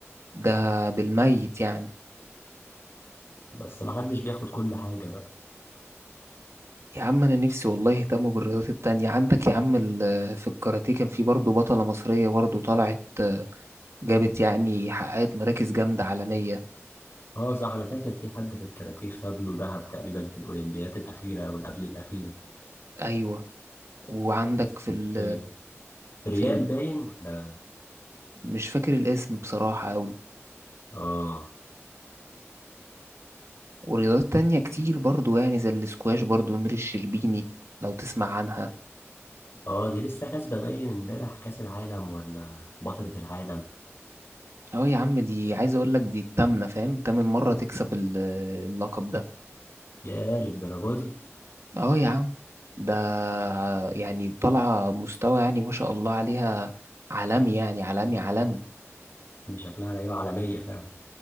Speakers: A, on the right; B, on the left.
A: ده بالميت يعني
B: بس ما حدش بياخد كل حاجة بقى
A: يا عم انا نفسي والله يهتموا بالرياضات التانية عندك يا عم ال- في الكاراتيه كان في برضه بطلة مصرية برضه طلعت جابت يعني حققت مراكز جامدة عالمية
B: اه صح انا فاكر في حد في الكاراتيه خد له ذهب تقريبا في الاولمبيات الاخيره او اللي قبل الاخيره
A: ايوه وعندك
B: بس
A: في
B: مش
A: ال
B: فاكر ريال
A: في ال
B: باين ولا
A: مش فاكر الاسم بصراحة أوي
B: اه
A: ورياضات تانية كتير برضو يعني زي الاسكواش برضو نور الشربيني لو تسمع عنها
B: اه دي لسه كاسبه باين امبارح كاس العالم ولا بطله العالم
A: اه يا عم دي عايز اقول لك دي التامنة فاهم تامن مرة تكسب ال- اللقب ده
B: يا للدرجه دي
A: اه يا عم ده يعني طالعة مستوى يعني ما شاء الله عليها عالمي يعني عالمي عالمي
B: دي شكلها لعيبه عالميه فعلا